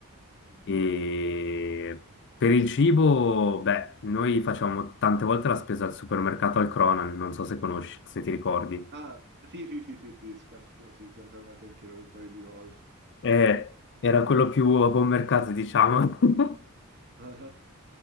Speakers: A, on the right (about 50°); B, on the left (about 55°).
A: Mhm.
B: E per il cibo, beh, noi facciamo tante volte la spesa al supermercato al Cronan, non so se conosci, se ti ricordi.
A: Ah, sì, sì, sì, sì, sì, spesso ci siamo fermati anche noi un paio di volte.
B: Eh, era quello più a buon mercato, diciamo. <laughs>
A: <laughs>